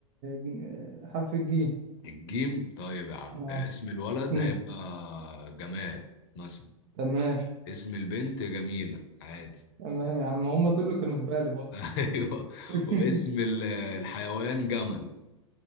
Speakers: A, on the right (about 40°); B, on the left (about 45°).
A: ج- حرف الجي
B: الجيم طيب يا عم
A: اه
B: اسم الولد
A: اسمه
B: هيبقى جمال مثلا
A: تمام
B: اسم البنت جميلة عادي
A: تمام يا عم هم دول اللي كانوا في بالي برضه
B: <laughs> ايوه
A: <laughs>
B: واسم ال- الحيوان جمل